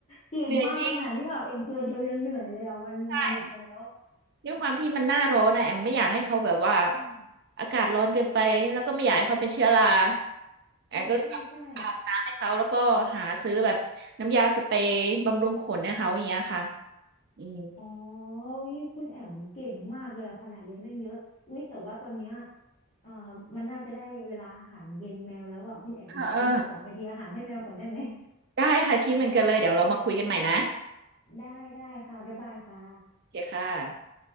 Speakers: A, on the left (about 30°); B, on the right (about 50°).
A: เก่งมากขนาดนี้อาบเองตัวเดียวยังเหนื่อยเลยอ่ะวันหนึงอะหมดไปแล้ว
B: เหนื่อยจริงใช่ด้วยความที่มันหน้าร้อนนะแอมไม่อยากให้เขาแบบว่า
A: อืม
B: อากาศร้อนเกินไปแล้วก็ไม่อยากให้เขาเป็นเชื้อราแอมก็เลยแบบอาบน้ำให้เขาแล้วก็หาซื้อแบบน้ำยาสเปรย์บำรุงขนให้เขาอย่างเงี้ยค่ะ
A: อ่าใช่ใช่
B: อืม
A: อ๋ออุ๊ยคุณแอมเก่งมากเลยอะขนาดเลี้ยงตั้งเยอะอุ๊ยแต่ว่าตอนเนี้ยเอ่อมันน่าจะได้เวลาอาหารเย็นแมวแล้วอ่ะคุณแอมเดี๋ยวรีบขอไปเทอาหารให้แมวก่อนได้ไหม
B: เออเออได้ค่ะคิดเหมือนกันเลยเดี๋ยวเรามาคุยกันใหม่นะ
A: <laughs> ได้ได้ค่ะบ๊ายบายค่ะ
B: โอเคค่ะ